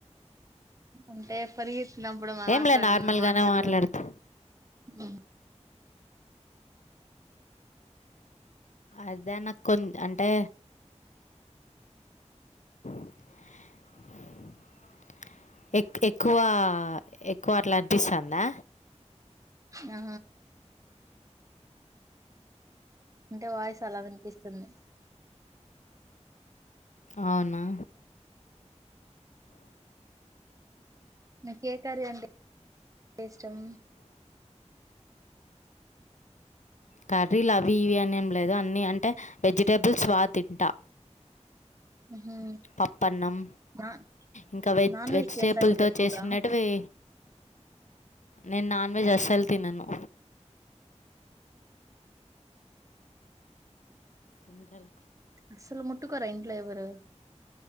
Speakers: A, on the right (about 25°); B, on the left (about 80°).
A: అంటే పరిగెత్తినప్పుడు
B: ఏంలే
A: మాట్లాడినా
B: నార్మల్‌గానే
A: మాట్లాడదా
B: మాట్లాడుతా.
A: ఉ
B: అదే నాకు కొంత అంటే <inaudible> ఎక్కువ ఎక్కువ అట్లా అనిపిస్తుందా?
A: హా అంటే వాయిస్ అలా వినిపిస్తుంది.
B: అవునా
A: నీకు ఏ కర్రీ అంటే ఇష్టం?
B: కర్రీలు అవి ఇవి అని ఏమీ లేదు అన్నీ అంటే వెజిటేబుల్ బా తింటా.
A: ఊహూ
B: పప్పన్నం
A: నా
B: ఇంకా వెజ్
A: నాన్
B: వెజిటేబుల్
A: తింటా మీరు
B: తో
A: ఎక్కువగా
B: చేసిండేటివి. నేను నాన్ వెజ్ అస్సలు తినను. సరే
A: అసలు ముట్టుకోరా ఇంట్లో ఎవరూ?